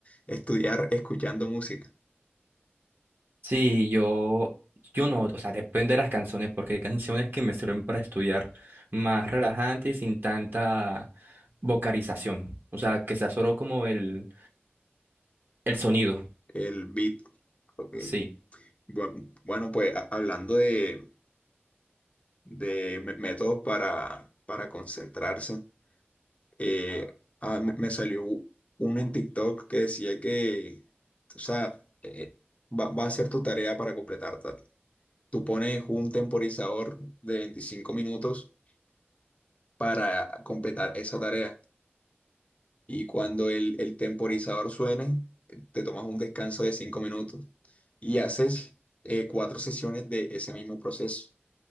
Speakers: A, on the left (about 35°); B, on the right (about 55°).
A: estudiar escuchando música,
B: Sí, yo, yo no, o sea, depende de las canciones, porque hay canciones que me sirven para estudiar más relajante y sin tanta vocalización. O sea, que sea solo como el, el sonido.
A: el beat. ok.
B: Sí,
A: Bueno, bueno, pues a- hablando de, de me- métodos para, para concentrarse, eh, ah, me, me salió u- uno en TikTok que decía que, o sea, eh, va, va a ser tu tarea para completar tal. Tú pones un temporizador de 25 minutos para completar esa tarea y cuando el, el temporizador suene, eh, te tomas un descanso de 5 minutos y haces eh, cuatro sesiones de ese mismo proceso.